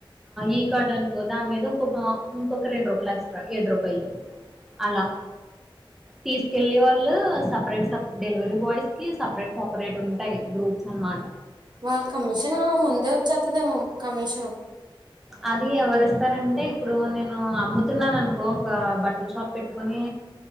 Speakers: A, in the centre; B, on the right.
A: ఈ కార్డ్ అనుకో దాని మీద ఇంకోక ఇంకొక రెండు రూపాయలు ఎక్స్ట్రా ఏడు రూపాయలు అలా తీసుకెళ్ళేవాళ్ళు స సపరేట్ స డెలివరీ బాయ్స్కి సపరేట్ సపరేట్ ఉంటాయి గ్రూప్స్ అన్మాట
B: వాళ్ళ కమిషన్ ముందే వచ్చేతదేమో కమిషన్
A: అది ఎవరిస్తారంటే ఇప్పుడు నేను అమ్ముతున్నాను అనుకో ఒక బట్టలు షాప్ పెట్టుకుని